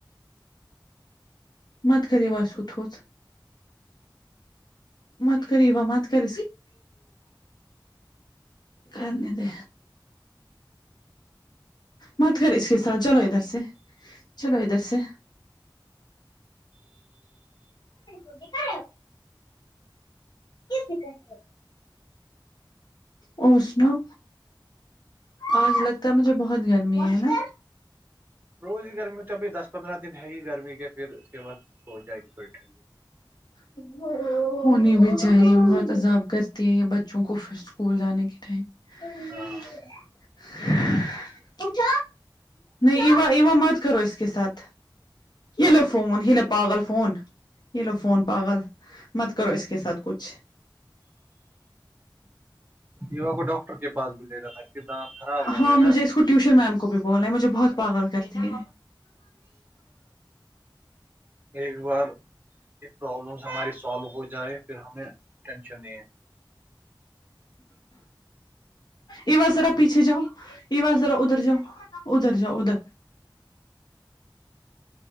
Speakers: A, on the left; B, on the right.
A: مت خ واس تھوت مت کری وا مت کر کرنے تھ مت کر اس کے ساتھ چلو ادھر سے چلو ادھر سے کٹ کر یکن اور سناؤ اور لگتا ہے مجھے بہت گرمی ہے ہے نا
B: روز ہی گرمی ہو تو ابھی دس پندرہ دن ہے ہیی گرمی کے پھر سیوا ہو جائےی تھوڑی ٹھڈی
A: ج ہونی بھی چاہیے وہاں تذاب کرتی ہیں یا بچوں کو پھر اسکول جانے کے ٹائم اھا
B: ہاں
A: نہیں ایا اییوا مت کرو اسس کےے ساتھ یہ لو فون یہ لو پاگل فون یہ لوگ فون پاگل مت کرو اس کے ساتھ کچھ
B: یوا کو ڈاکٹر کے پاس بھی لے رہا تھا اس کے دانت خراب ہو
A: ہاں
B: گئے
A: مجھے
B: نا
A: اس کو ٹیوشن میم کو بھی بولے مجھے بہت پاگل کرتی ہے
B: ایک بار یہ پرابلمس ہماری سالو ہو جائے پھر ہمیں ٹینشن نہیں ہے
A: ایواں سذرا پیچھے جؤ ایواں سذرا ادھر جاؤ ادھر جؤ ادھر